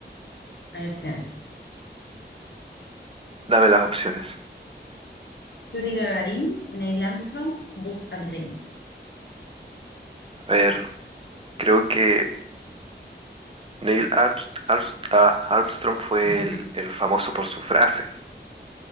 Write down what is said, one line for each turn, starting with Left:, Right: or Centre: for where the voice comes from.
Left: Hay opciones.
Right: dame las opciones.
Left: Yuri Gagarin, Neil Armstrong, Buzz Aldrin.
Right: A ver, creo que Neil Arms- Arms- ah, Armstrong fue
Left: <laughs>
Right: el, el famoso por su frase,